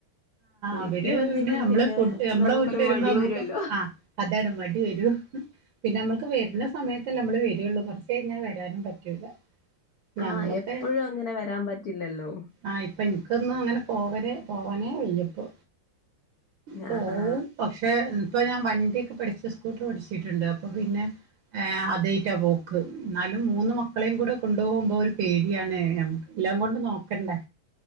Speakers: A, on the left (about 65°); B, on the right (about 65°).
A: വീട്ടില്
B: അവര്
A: വന്ന്
B: പിന്നെ
A: കഴിഞ്ഞാ
B: നമ്മള ഫുഡ് നമ്മളെ
A: നമുക്കൊരു
B: വീട്ട്ൽ വര്മ്പോ
A: മടി
B: നന്മക്ക്
A: വരുവല്ലോ
B: ആഹ് അതാണ് മടി വരും പിന്നെ നമ്മൾക്ക് വര്ന്ന സമയ ത്തല്ല നമ്മള് വരൂള്ളൂ കൊർച്ച് കഴിഞ്ഞാ വരാനും പറ്റൂല. ഞമ്മക്ക്
A: ആഹ് എപ്പഴും അങ്ങനെ വരാൻ പറ്റില്ലല്ലോ.
B: ആഹ് ഇപ്പ ഇൻക്കൊന്നും അങ്ങനെ പോവരെ പോവാനേ വയ്യപ്പോ. പോവും
A: ആഹാ
B: പക്ഷെ ഇപ്പ ഞാ വണ്ടിക്കെ പഠിച്ച് സ്കൂട്ടർ പഠിച്ചിട്ടുണ്ട് അപ്പൊ പിന്നെ ഏഹ് അതായിട്ടാ പോക്ക് ന്നാലും മൂന്ന് മക്കളെയും കൂടെ കൊണ്ടുപോകുമ്പോ ഒരു പേടിയാണ് നമു എല്ലാം കൊണ്ട് നോക്കണ്ടേ